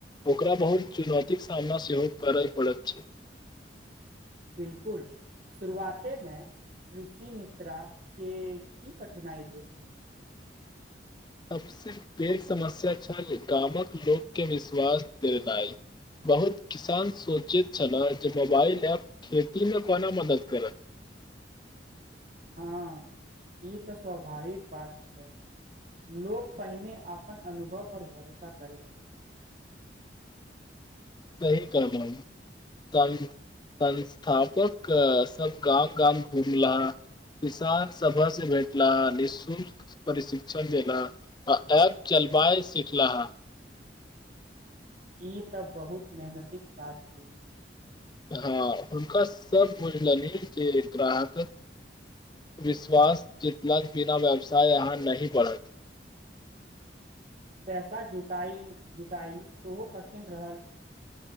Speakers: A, on the left (about 25°); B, on the right (about 45°).
A: ओकरा बहुत चुनौती के सामना सेहो करे पड़त छै।
B: बिल्कुल। शुरुआते में कृषि मित्रा के की कठिनाई भेल।
A: सबसे पैघ समस्या छल, गामक लोक के विश्वास देनाइ। बहुत किसान सोचैत छले, जे मोबाइल एप खेती में कोना मदद करत।
B: हँ ई तऽ स्वाभाविक बात छै। लोक पहिने अपन अनुभव पर भरोसा करैत छथि।
A: सही कहलौं। ता ई। संस्थापक के सब गाम-गाम घुमला। किसान सभा से भेटला, निःशुल्क। प्रशिक्षण देला, आ ऐप चलबाय सिखलाहा।
B: ई तऽ बहुत मेहनतिक काज भेल।
A: हँ, हुनका सब बुझलनि जे ग्राहक। विश्वास जितलाक बिना, व्यवसाय अहाँ नहि बढ़त।
B: पैसा जुटाईन-जुटाई सेहो कठिन रहल।